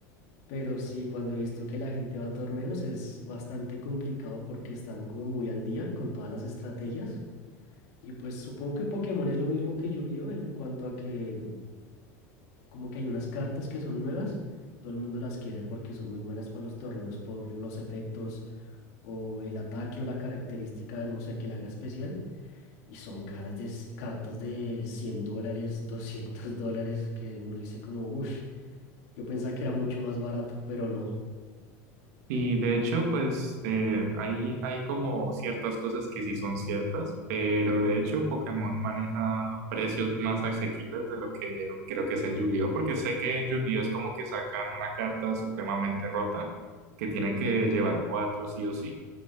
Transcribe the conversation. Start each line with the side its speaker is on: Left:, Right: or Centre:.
Left: Pero sí, cuando he visto que la gente va a torneos es bastante complicado porque están como muy al día con todas las estrategias. Y pues supongo que Pokémon es lo mismo que Yu-Gi-Oh! en cuanto a que como que hay unas cartas que son nuevas, todo el mundo las quiere porque son muy buenas para los torneos por los efectos o el ataque o la característica, no sé, que la haga especial. Y son caras de, s- cartas de 100 dólares, 200 <laughs> dólares, que uno dice como, uff, yo pensaba que era mucho más barato, pero no.
Right: Y de hecho, pues eh, hay, hay como ciertas cosas que sí son ciertas, pero de hecho Pokémon maneja precios más asequibles de lo que creo que es en Yu-Gi-Oh, porque sé que en Yu-Gi-Oh es como que sacan una carta supremamente rota que tienen que llevar cuatro sí o sí.